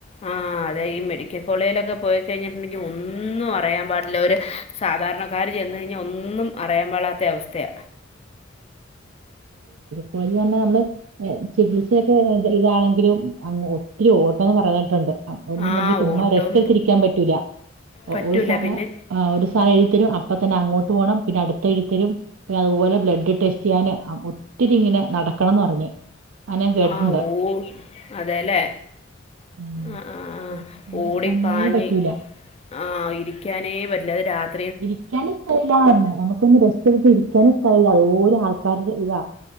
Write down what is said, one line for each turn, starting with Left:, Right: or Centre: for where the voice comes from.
Left: ആഹ് അതെ ഈ മെഡിക്കൽ കോളേജിലൊക്കെ പോയി കഴിഞ്ഞിട്ടുണ്ടെങ്കിൽ ഒന്നും അ പറയാൻ പാടില്ല ഒരു സാധാരണക്കാര് ചെന്ന് കഴിഞ്ഞാൽ ഒന്നും അറിയാൻ പാടാത്ത അവസ്ഥയ
Right: കോള വന്ന നമ്മള് ചികിത്സയൊക്കെ ഇതാണെങ്കിലും ഒത്തിരി ഓട്ടംന്ന് പറഞ്ഞിട്ടുണ്ട് അപ്പ ന്നും
Left: ആ
Right: നമുക്ക് ചുമ്മാ
Left: ഓട്ടം
Right: റെസ്റ്റ് എടുത്തിരിക്കാൻ പറ്റൂല
Left: പറ്റൂല
Right: ഒരു സാനം
Left: പിന്നെ
Right: ആ ഒരു സ്ഥാനം അപ്പപ്പോ തന്നെ അങ്ങോട്ട് പോകണം പിന്നെ അടുത്ത് എഴുത്തരും അതുപോലെ ബ്ലഡ് ട് ടെസ്റ്റ് ചെയ്യാന് ഒത്തിരി ഇങ്ങനെ നടക്കണംന്ന് പറഞ്ഞ് അത് ഞാൻ കേട്ടിട്ടുണ്ട്
Left: ആ ഊ അതെല്ലേ
Right: ഉം
Left: ആ ആ
Right: ഇരി- ചുമ്മാ
Left: ഓടിപ്പാഞ്
Right: ഇരിക്കാനേ പറ്റൂല
Left: ആ ഇരിക്കാനേ പറ്റില്ലെ രാത്
Right: ഇരിക്കാനും സ്ഥലല്ല നമുക്കൊന്ന് റെസ്റ്റെടുത് ഇരിക്കാനും സ്ഥലല്ലത് ഓരോ ആൾക്കാരുടെ ഇതാ